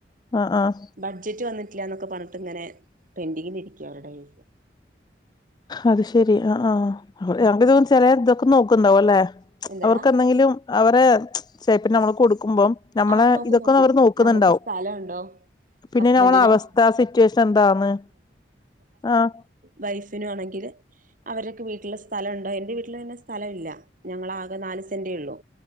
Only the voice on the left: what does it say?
ആഹ് ആഹ്
അത് ശെരി ആ ആ അ ഇത ചില ഇതൊക്കെ നോക്കണ്ടാവും അല്ലേ
അവർക്ക് എന്തെങ്കിലും അവരെ പ്പ നമ്മള് കൊടുക്ക നുമ്പം നമ്മളെ
ഇതൊക്കെ
ഒന്ന് അവർ നോക്കുന്നുണ്ടാവും.
പിന്നെ
ഞമ്മള അവസ്ഥ സിറ്റുവേഷൻ എന്തന്ന്, ആഹ